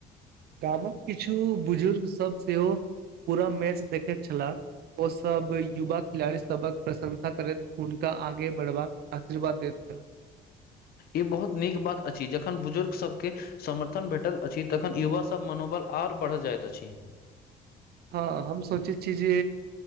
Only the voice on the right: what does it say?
गामक किछु बुजुर्गसब सेहो पूरा मैच देखैत छलाह ओसब युवा खिलाड़ीसबक प्रशंसा करैत हुनका आगे बढ़बाक आशीर्वाद देत छलाह
हँ हम सोचै छी जे